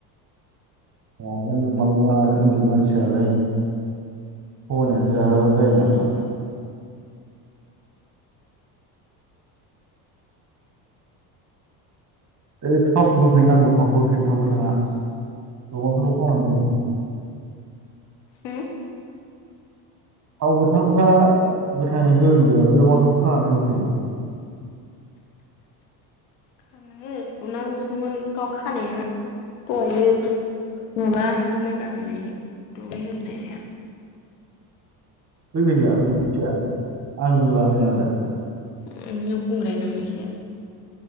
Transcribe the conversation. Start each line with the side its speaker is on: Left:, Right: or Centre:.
Right: <unintelligible> उन्दै मानसियालाय थगायनानै जाहोआबा जायो नामा? ओइ थावखौ होफिननांगौ थावखौ होफिन थाव गोथाङा <unintelligible> खावनानै हो।
Left: उम
Right: थाव गोथांफ्रा गोथाङै हो होन्दों <unintelligible> खानानै होफिन।
Left: खानांगो फुनांगौसोमोन गाव खानाया दहायो। माबा हांगोमोर जानानै दुगै होनाया।
Right: बे गैला <unintelligible> आं लानायालाय?
Left: नोंनियाव गुंग्राय नांनायसो।